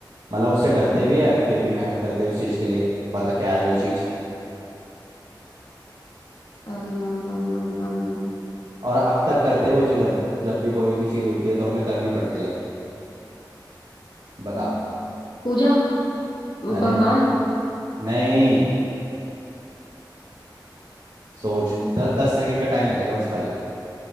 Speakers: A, on the right (about 65°); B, on the left (about 75°).
A: मतलब उससे डरते भी है फिर भी मेहनत करते हैं उस चीज़ के लिए पता क्या है वो चीज़
B: अम, अम, अम, अम, अम,
A: और अब तक करते हैं वो चीज़ हम जब भी कोई भी चीज़ होती है तो हमें करनी पड़ती है बता
B: अम, पूजा वो
A: अरे
B: भगवान
A: नहीं सोच
B: हम्म,
A: द, दस सेकंड का टाइम मिलेगा बस खाली